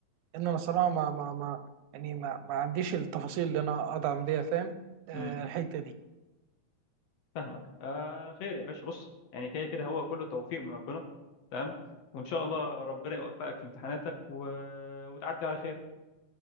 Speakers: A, on the right (about 80°); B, on the left (about 60°).
A: ان انا صراحه ما ما ما يعني ما, ما عنديش التفاصيل اللي انا ادعم بيها فاهم آه،
B: امم
A: الحته دي
B: فاهمك آه خير يا باشا بص يعني كده كده هو كله توفيق من ربنا تمام وان شاء الله ربنا يوفقك في امتحاناتك و... وتعدي على خير